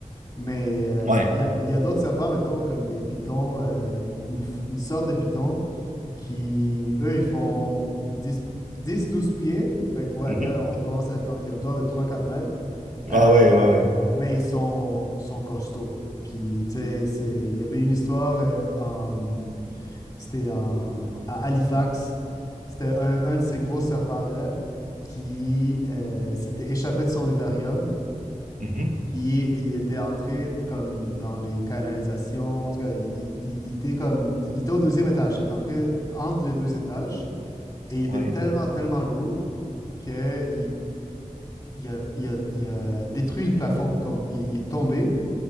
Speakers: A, on the left; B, on the right.
A: Mais euh,
B: Ouais.
A: il y a, il y a d'autres serpents, mettons, comme des pitons, euh, une, une f- une sorte de python qui, eux, ils font dix douze pieds. Fait que ouais,
B: Mhm.
A: là, on commence à être en territoire de trois quatre mètres.
B: Ah
A: Euh,
B: ouais, ouais, ouais.
A: mais ils sont, sont costauds. Puis, tu sais, c'est- il y avait une histoire, euh, en- c'était en- à Halifax. C'était un, un de ces gros serpents-là qui euh, s'était échappé de son vivarium.
B: Mhm.
A: Puis, il était entré comme dans les canalisations. En tout cas, il, il- il- il était comme, il était au deuxième étage. Il était entré entre les deux étages. Et il était
B: Ouais.
A: tellement, tellement lourd qu'il est, il a, il a- il a détruit le plafond. Comme, il, il est tombé,